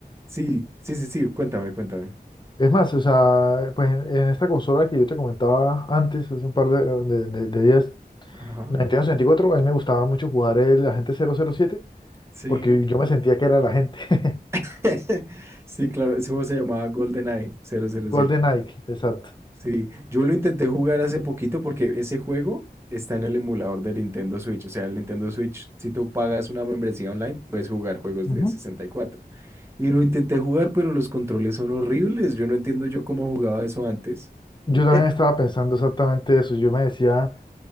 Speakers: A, on the right; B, on the left.
A: sí, sí, sí, sí, cuéntame, cuéntame.
B: Es más, o sea, pues en, en esta consola que yo te comentaba antes, hace un par de, de, de- de días,
A: Ajá,
B: la Nintendo 64, a mí me gustaba mucho jugar el Agente 007
A: sí.
B: porque yo me sentía que era el agente. <laughs>
A: <laughs> Sí, claro, ese juego se llamaba GoldenEye cero cero
B: Golden
A: siete.
B: Ike, exacto.
A: Sí, yo lo intenté jugar hace poquito porque ese juego está en el emulador de Nintendo Switch. O sea, el Nintendo Switch, si tú pagas una membresía online, puedes jugar juegos
B: Ujú.
A: de 64. Y cuatro. Y lo intenté jugar, pero los controles son horribles. Yo no entiendo yo cómo jugaba eso antes.
B: Yo también
A: <laughs>
B: estaba pensando exactamente eso. Yo me decía,